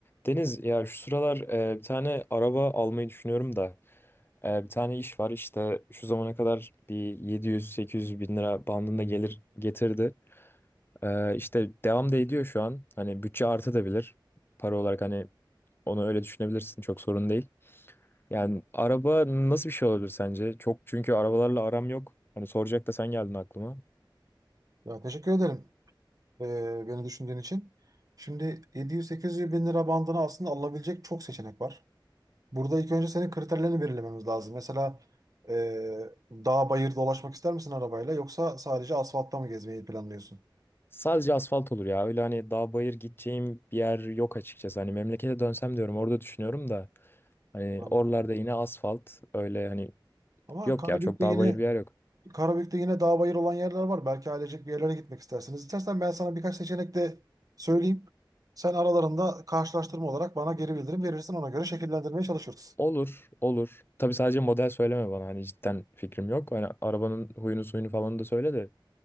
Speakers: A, on the left (about 25°); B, on the right (about 45°).
A: Deniz ya şu sıralar e, bir tane araba almayı düşünüyorum da e, bir tane iş var işte şu zamana kadar bir 700-800 bin lira bandında gelir getirdi. E, işte devam da ediyor şu an hani bütçe artabilir para olarak hani onu öyle düşünebilirsin çok sorun değil. Yani araba nasıl bir şey olabilir sence? Çok çünkü arabalarla aram yok. Hani soracak da sen geldin aklıma.
B: Ya teşekkür ederim eee, beni düşündüğün için. Şimdi 700-800 bin lira bandına aslında alınabilecek çok seçenek var. Burada ilk önce senin kriterlerini belirlememiz lazım. Mesela eee dağ bayır dolaşmak ister misin arabayla yoksa sadece asfaltta mı gezmeyi planlıyorsun?
A: Sadece asfalt olur ya öyle hani dağ bayır gideceğim bir yer yok açıkçası hani memlekete dönsem diyorum orada düşünüyorum da. Hani
B: Anladım.
A: oralarda yine asfalt öyle hani
B: Ama
A: yok
B: Karabük'te
A: ya çok dağ
B: yine
A: bayır bir yer yok.
B: Karabük'te yine dağ bayır olan yerler var. Belki ailecek bir yerlere gitmek istersiniz. İstersen ben sana birkaç seçenek de söyleyeyim. Sen aralarında karşılaştırma olarak bana geri bildirim verirsin. Ona göre şekillendirmeye çalışırız.
A: Olur, olur. Tabii sadece model söyleme bana hani cidden fikrim yok. Hani arabanın huyunu suyunu falan da söyle de